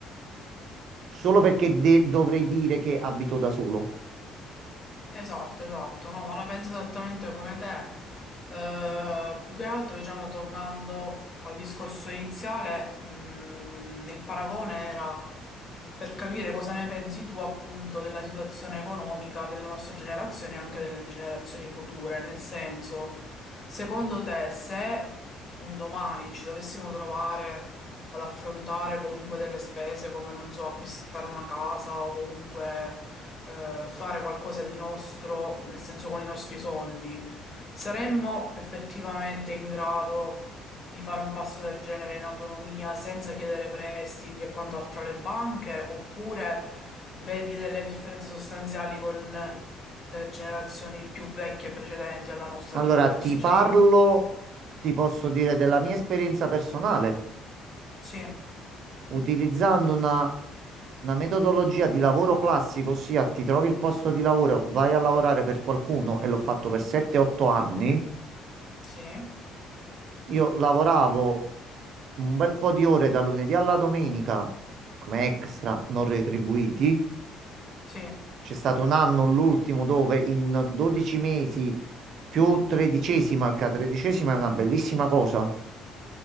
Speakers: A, on the right (about 50°); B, on the left (about 25°).
A: solo perché de- dovrei dire che abito da solo?
B: Esatto, esatto, no, ma la penso esattamente come te. Eh, più che altro, diciamo, tornando al discorso iniziale, mh, il paragone era per capire cosa ne pensi tu appunto della situazione economica della nostra generazione e anche delle generazioni future, nel senso, secondo te, se un domani ci dovessimo trovare ad affrontare comunque delle spese come, non so, acquistare una casa o comunque eh, fare qualcosa di nostro, nel senso con i nostri soldi, saremmo effettivamente in grado di fare un passo del genere in autonomia senza chiedere prestiti e quant'altro alle banche, oppure vedi delle differenze sostanziali con le generazioni più vecchie e precedenti alla nostra,
A: Allora,
B: come quella
A: ti
B: dei nostri
A: parlo,
B: genitori?
A: ti posso dire della mia esperienza personale,
B: Sì.
A: utilizzando una, una metodologia di lavoro classico, ossia ti trovi il posto di lavoro, vai a lavorare per qualcuno e l'ho fatto per 7-8 anni.
B: Sì,
A: Io lavoravo un bel po' di ore da lunedì alla domenica come extra non retribuiti.
B: sì.
A: C'è stato un anno, l'ultimo, dove in 12 mesi più tredicesima, che la tredicesima è una bellissima cosa.